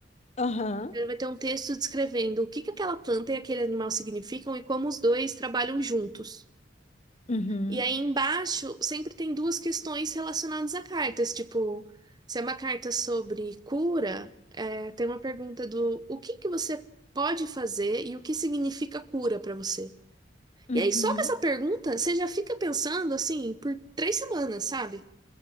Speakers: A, on the left (about 35°); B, on the right (about 20°).
A: Aham.
B: Então, Ele vai ter um texto descrevendo o que que aquela planta e aquele animal significam e como os dois trabalham juntos.
A: Uhum.
B: E aí embaixo sempre tem duas questões relacionadas a cartas, tipo, se é uma carta sobre cura, é, tem uma pergunta do o que que você pode fazer e o que significa cura pra você.
A: Uhum.
B: E aí só com essa pergunta você já fica pensando assim por três semanas, sabe?